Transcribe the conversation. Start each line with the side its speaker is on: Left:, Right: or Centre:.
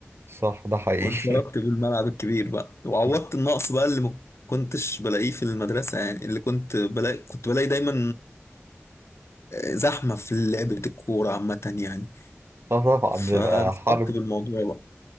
Right: صح ده
Left: <laughs>
Right: حقيقي
Left: وانفردت بالملعب الكبير بقى وعوضت
Right: <laughs>
Left: النقص بقى اللي ما كنتش بلاقيه في المدرسة يعني اللي كنت بلاقي كنت بلاقي دايما آه، زحمة في لعبة الكورة عامة يعني
Right: اه طبعا
Left: فانفردت
Right: بيبقى حرب
Left: بالموضوع بقى